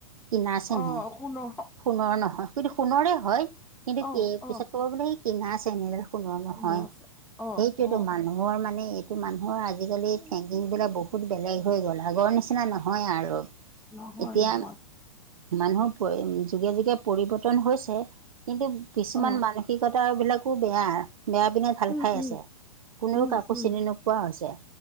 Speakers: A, on the right; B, in the centre.
A: কিনা চেনহে
B: অ সোণৰ
A: সোণৰ নহয়, সেইতো সোণৰে হয় কিন্তু
B: অ
A: কি পিছত
B: অ
A: ক'ব বোলে কিনা চেনহে এইডাল সোণৰ নহয়
B: পিন্ধা আছে
A: সেইটোৱেতো
B: অ অ
A: মানুহ মানুহৰ মানে এইটো মানুহৰ আজিকালি
B: উম।
A: থিংকিংবিলাক বহুত বেলেগ হৈ গ'ল আগৰ নিচিনা নহয় আৰু।
B: নহয়
A: এতিয়া
B: নহয়
A: মানুহৰ যুগে <unintelligible> যুগে পৰিৱৰ্তন হৈছে কিন্তু কিছুমান
B: অ
A: মানুহ মানসিকতা বিলাকো বেয়া, বেয়া পিনে ঢাল
B: উম
A: খাই
B: উম
A: আছে কোনেওঁ
B: উম
A: কাকো
B: উম
A: চিনি এনেকুৱা হৈছে